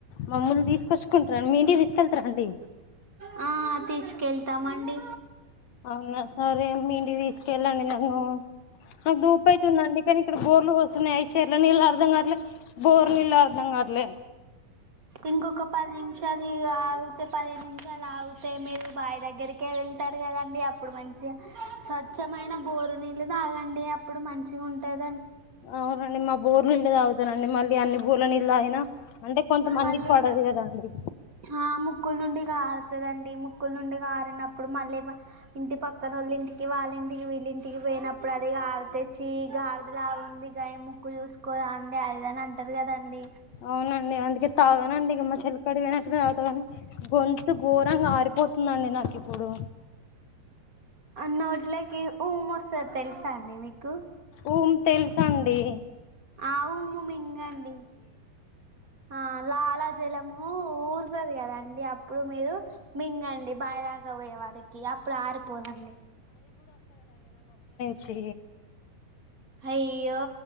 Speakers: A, on the left; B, on the right.
A: మమ్మల్లు తీసుకొచ్చుకుంటారడి మీ ఇంటి తీసుకేలత రండీ
B: హా తీసుకెళ్తామండి
A: అవునా సరే మీ ఇంటికి తీసుకెళ్లది నన్ను దుప ఇతంది అండి కానీ ఇక్కడ బోర్లు చెలనీలు అర్ధంకావటలే బోర్ని అర్ధంకావట్లే
B: ఇంకొక పది నిమిషాలు ఆగితే పదిహను నిమిషాలు ఆగితే మీరు బావి దగ్గరికే వెళ్తారు దండి అప్పుడు మంచిగా స్వచ్ఛమైన బోరు నీళ్ళు తాగండి అప్పుడు మంచి ఉంటది
A: అవునండి మా బోరు నీళ్ళ తాగుతానండి మళ్ళీ అన్ని బూర్ల నీళ్ళ అయినా అంటే కొంతమందికి
B: మళ్ళీ
A: పడదు కదా అండి
B: ఆ ముక్కుల నుండి కారుతుదండి ముక్కుల నుండి గారనప్పుడు మళ్ళీ ఇంటి పక్కన వాళ్ళ ఇంటికి వాళ్ళ ఇంటికి వీళ్ళ ఇంటికి పోయినప్పుడు అదిగా కారితే చి గాడిదలా ఉంది గాయ ముక్కు చూసుకోదండి అది ఇది అన్ని అంటారు కదాండి
A: అవునండి అందుకే తానండి ఇమ్ మా చెల్లి కడివే త కానీ గొంతు ఘోరంగా ఆరిపోతుందండి నాకు ఇప్పుడు
B: నోట్లకి ఉము వస్తుంది తెలుసా అండి మీకు
A: ఊమి తెలుస అండి
B: ఆ ఊముమింగండి ఆ లాలాజలము ఊరుతుంది కదండి అప్పుడు మీరు మింగండి బావిదాకా పోయే వరకి అప్పుడు ఆరిపోదండి
A: చి
B: అయ్యో